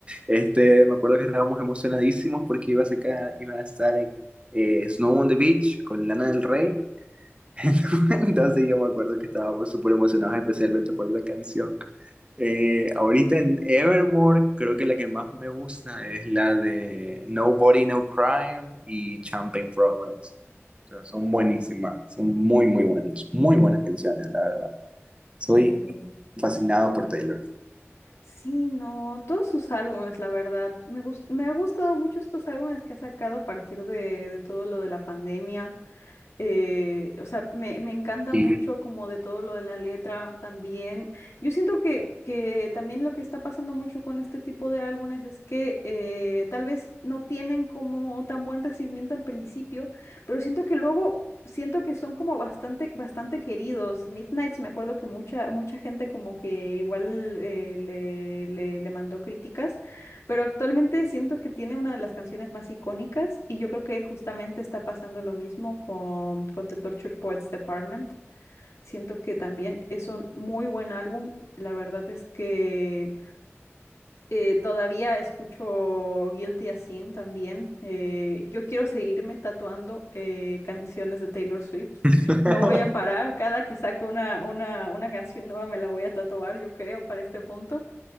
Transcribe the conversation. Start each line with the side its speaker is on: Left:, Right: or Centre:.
Right: Este, me acuerdo que estábamos emocionadísimos porque iba a, sacar, iba a estar en eh, Snow on the Beach con Lana del Rey. <laughs> Entonces yo me acuerdo que estábamos súper emocionados, especialmente por esa canción. Eh, ahorita en Evermore, creo que la que más me gusta es la de Nobody, No Crime y Champagne Problems. O sea, son buenísimas, son muy, muy buenas, muy buenas canciones, la verdad. Soy
Left: Mm.
Right: fascinado por Taylor.
Left: Sí, no, todos sus álbumes, la verdad. Me gus- me ha gustado mucho estos álbumes que ha sacado a partir de, de todo lo de la pandemia. Eh, o sea, me, me encanta
Right: Y-
Left: mucho como de todo lo de la letra también. Yo siento que, que también lo que está pasando mucho con este tipo de álbumes es que eh, tal vez no tienen como tan buen recibimiento al principio, pero siento que luego siento que son como bastante, bastante queridos. Midnights, me acuerdo que mucha, mucha gente como que igual eh, le, le, le mandó críticas. Pero actualmente siento que tiene una de las canciones más icónicas y yo creo que justamente está pasando lo mismo con, con The Torture Poets Department. Siento que también es un muy buen álbum. La verdad es que eh, todavía escucho Guilty as Sin también. Eh, yo quiero seguirme tatuando eh, canciones de Taylor Swift.
Right: <laughs>
Left: No voy a parar. Cada que saque una, una, una canción nueva me la voy a tatuar, yo creo, para este punto.